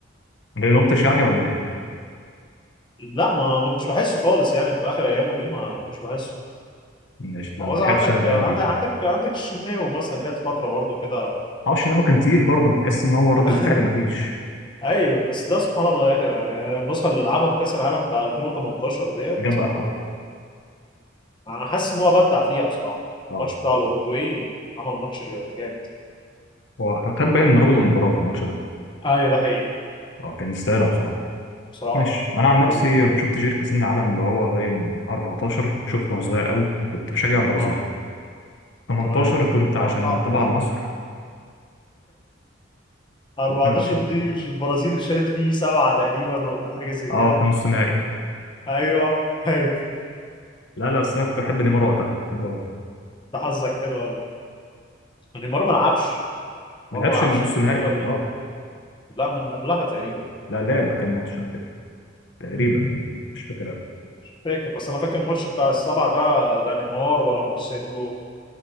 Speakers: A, on the left; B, on the left.
A: ما بينطش يعني ولا ايه
B: لا ما ما كنتش بحسه خالص يعني في آخر أيامه دي ما مش بحسه
A: مش لا
B: هو
A: ما
B: مثلا
A: لحقتش
B: عندك
A: انا الايام
B: عندك
A: دي
B: عندك عندك الشناوي مثلا جت فترة برضه كده
A: معرفش ان هو كان تقيل برضه تحس ان هو ردة
B: <laughs>
A: فعل ما فيش
B: أيوه بس ده سبحان الله يا أخي يعني النسخة اللي لعبها في كأس العالم بتاع 2018 ديت
A: جاب اخره
B: ما- أنا حاسس إن هو بدع فيها بصراحة
A: اه
B: الماتش بتاع الأوروجواي عمل ماتش جامد
A: هو خد باين من رجل المباراه في الماتش ده
B: أيوه ده حقيقي
A: اه كان يستاهلها بصراحه
B: بصراحة
A: ماشي انا عن نفسي
B: يعني.
A: شفت جير كاس العالم اللي هو باين 14 شفته وانا صغير قوي كنت بشجع البرازيل
B: اه
A: 18
B: تمام
A: كنت عشان
B: 14
A: طبعا مصر
B: 14
A: و22
B: <laughs> دي مش البرازيل اللي شالت فيه سبعة تقريبا ولا حاجة زي
A: اه
B: كده
A: في النص نهائي
B: ايوه <laughs> ايوه
A: لا لا بس انا كنت بحب نيمار وقتها بحبه قوي
B: ده حظك حلو قوي نيمار ما لعبش
A: ما
B: نيمار
A: لعبش
B: ما لعبش
A: النص نهائي
B: البطولة
A: اه
B: دي لا من قبلها تقريبا
A: لا لعب كان ماتش على فكره تقريبا مش فاكر قوي
B: مش فاكر بس انا فاكر الماتش بتاع السبعة ده لا نيمار ولا مارسيلو